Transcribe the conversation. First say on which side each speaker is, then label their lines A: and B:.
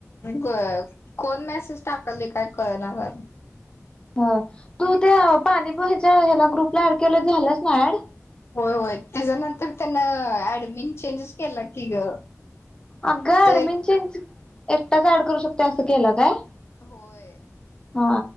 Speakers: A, on the left; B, on the left.
A: कोण मेसेज टाकलंय काय कळणार झालय.
B: ह तू त्या पाणीपोह्याच्या ह्याला ग्रुपला ऍड केलंय झाल्यास ना ऍड?
A: होय होय त्याच्यानंतर त्यान ऍडमिन चेंजच केला की ग.
B: अगगं
A: तो
B: ऍडमिन
A: एक
B: चेंज एकटाच ऍड करू शकते असं केला काय?
A: होय
B: हा